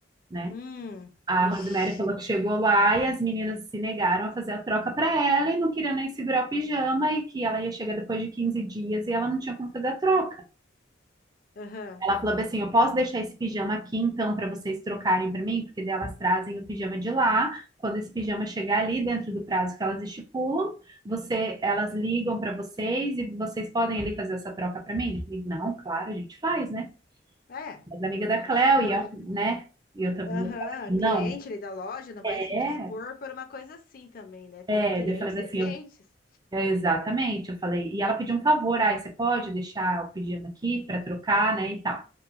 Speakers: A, on the right; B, on the left.
A: né?
B: Hum,
A: A
B: ixi,
A: Rosemary falou que chegou lá e as meninas se negaram a fazer a troca para ela e não queria nem segurar o pijama e que ela ia chegar depois de 15 dias e ela não tinha como fazer a troca.
B: aham.
A: Ela falou assim: Eu posso deixar esse pijama aqui então para vocês trocarem para mim? Porque daí elas trazem o pijama de lá. Quando esse pijama chegar ali dentro do prazo que elas estipulam, você, elas ligam para vocês e vocês podem ali fazer essa troca para mim? E, não, claro, a gente faz, né?
B: É,
A: Mas a amiga
B: pô, a
A: da
B: gente
A: Cléo
B: faz.
A: e eu, né? E eu também,
B: Aham,
A: não,
B: cliente ali da loja não vai
A: é,
B: se dispor por uma coisa assim também, né? Tem
A: é.
B: clientes
A: Daí Eu falei
B: e
A: assim,
B: clientes.
A: É, Exatamente, eu falei. E ela pediu um favor, ah, você pode deixar o pedido aqui para trocar, né, e tal.